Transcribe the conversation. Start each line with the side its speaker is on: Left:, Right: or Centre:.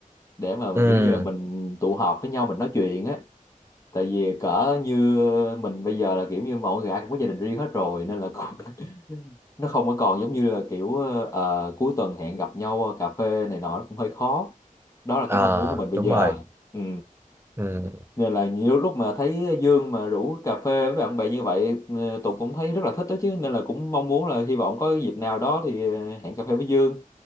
Left: để mà
Right: ừ,
Left: kiểu như là mình tụ họp với nhau mình nói chuyện á tại vì cỡ như mình bây giờ là kiểu như mọi người ai cũng có gia đình riêng hết rồi nên là cũng, <laughs> nó không có còn giống như là kiểu ờ, cuối tuần hẹn gặp nhau cà phê này nọ nó cũng hơi khó đó là cái
Right: à,
Left: mong muốn của mình bây
Right: đúng
Left: giờ
Right: rồi,
Left: ừ
Right: ừ.
Left: nên là nhiều lúc mà thấy Dương mà rủ cà phê với bạn bè như vậy ờ, Tùng cũng thấy rất là thích đó chứ nên là cũng mong muốn là hy vọng có dịp nào đó thì ờ, hẹn cà phê với Dương